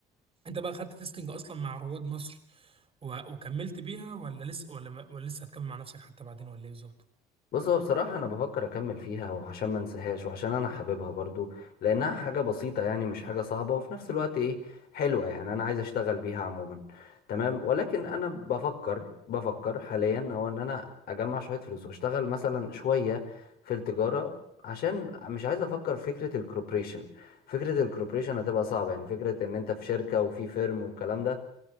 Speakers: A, on the right (about 35°); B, on the left (about 65°).
A: انت بقى خدت تيستنج اصلا مع رواد مصر و... وكملت بيها ولا لسه ولا, ما... ولا لسه هتكمل مع نفسك حتى بعدين ولا ايه بالظبط
B: بص هو بصراحة أنا بفكر أكمل فيها وعشان ما انساهاش وعشان أنا حاببها برضو لأنها حاجة بسيطة يعني مش حاجة صعبة وفي نفس الوقت إيه حلوة يعني أنا عايز أشتغل بيها عموما تمام ولكن أنا بفكر بفكر حاليا هو إن أنا أجمع شوية فلوس وأشتغل مثلا شوية في التجارة عشان مش عايز أفكر في فكرة الكوربريشن فكرة الكوربريشن هتبقى صعبة يعني فكرة إن أنت في شركة وفي فيرم والكلام ده